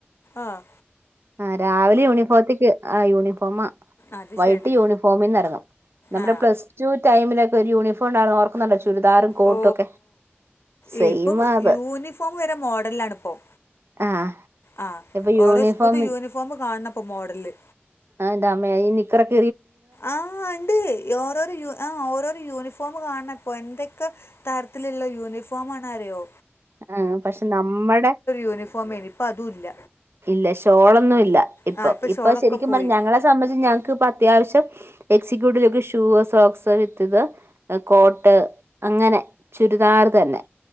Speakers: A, on the left; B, on the right.
A: ആഹ
B: ആ രാവിലെ യൂണിഫോമത്തേക്ക് ആ യൂണിഫോം
A: അത്
B: വൈകിട്ട്
A: ശരി
B: യൂണിഫോമിൽന്ന് ഇറങ്ങണം നമ്മുടെ
A: ആ
B: പ്ലസ് ടു ടമിലൊക്ക ഒരു യൂണിഫോമ് ഓർക്കുന്നുണ്ടോ ചുരിദാറും കോട്ടോക്കെ
A: ഓ
B: സെയിമാ
A: ഇപ്പം
B: അത്
A: യൂണിഫോം വരെ മോഡലിലാണ് ഇപ്പോൾ
B: ആഹ്
A: ആ
B: ഇപ്പൊ യൂണിഫോം
A: ഓരോ സ്കൂളിത്തെ യൂണിഫോമ് കാണപ്പ മോഡല്
B: ആഹ് ന്റെ അമ്മെയ് ഈ നിക്കറക്കെ
A: ആഹ് ഇണ്ട് ഓരോരു യ ആഹ് ഓരോരു യൂണിഫോം കാണണ അപ്പോൾ എന്തൊക്കെ തരത്തിലുള്ള യൂണിഫോം ന്നറിയോ
B: ആഹ പക്ഷെ നമ്മുടെ
A: യൂണിഫോം ആയിരുന്നു ഇപ്പം അതുമില്ല
B: ഇല്ല ഷോളൊന്നും ഇല്ല ഇപ്പൊ
A: ആ ഇപ്പം
B: ഇപ്പൊ
A: ഷോളൊക്കെ
B: ശരിക്കും
A: പോയി
B: പറഞ്ഞ ഞങ്ങളെ സംബന്ധിച്ച് ഞങ്ങക്ക് ഇപ്പ അത്യാവശ്യം executive look shoe socks with coat അങ്ങനെ ചുരിദാർ തന്നെ